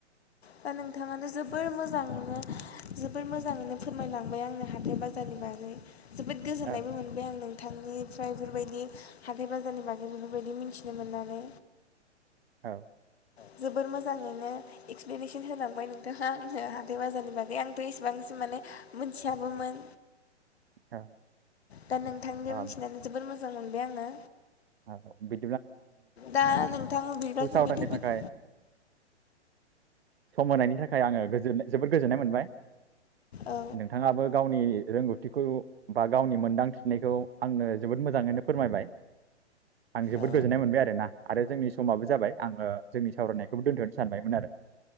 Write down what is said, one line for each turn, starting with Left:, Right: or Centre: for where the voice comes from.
Left: दा नोंथाङानो जोबोर मोजाङैनो जोबोर मोजाङैनो फोरमायलांबाय आंनो हाथाय बाजारनि बागै। जोबोद गोजोननायबो
Right: औ
Left: मोनबाय आं नों नोंथांनिफ्राय इफोरबायदि हाथाय बाजारनि बागै बेफोरबायदि मिथिनो मोननानै।
Right: औ
Left: जोबोर मोजाङैनो एक्सप्लेनेसन होलांबाय नोंथाङा आंनो हाथाइ बाजारनि बागै आंथ' इसेबांसिम माने मोनथियाबोमोन।
Right: औ
Left: दा नोंथांनियाव
Right: औ
Left: मिथिनानै जोबोद मो जां मोनबाय आङो
Right: औ बि
Left: दा नोंथां बिबा जों
Right: सावरायनो
Left: बे टपिक
Right: थाखाय सम होनायनि थाखाय आङो गोजोन जोबोद गोजोननाय मोनबाय।
Left: औ
Right: नोंथाङाबो गावनि रोंगौथिखौ बा गावनि मोनदांथिनायखौ आंनो जोबोद मोजाङैनो फोरमायबाय। आं जोबोद
Left: औ
Right: गोजोननाय मोनबाय आरो ना आरो जोंनि समाबो जाबाय आङो जोंनि सावरायनायखौबो दोनथ' सानबायमोन आरो